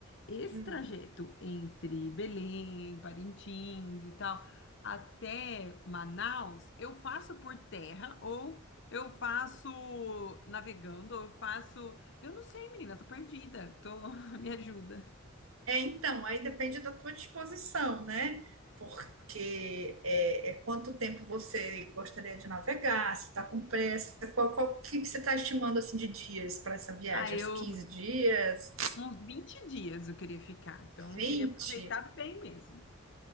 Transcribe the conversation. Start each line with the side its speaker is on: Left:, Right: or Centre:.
Left: Esse
Right: hum.
Left: trajeto entre Belém, Parintins e tal, até Manaus, eu faço por terra ou eu faço navegando, ou eu faço. Eu não sei, menina, tô perdida. Tô... <laughs> Me ajuda.
Right: É, então, aí depende da tua disposição, né? Porque é, é quanto tempo você gostaria de navegar, se está com pressa, qual, qual que que você está estimando assim de dias para essa viagem?
Left: Ah, eu.
Right: Uns 15 dias,
Left: Uns 20 dias eu queria ficar, então
Right: 20?
Left: eu queria aproveitar bem mesmo.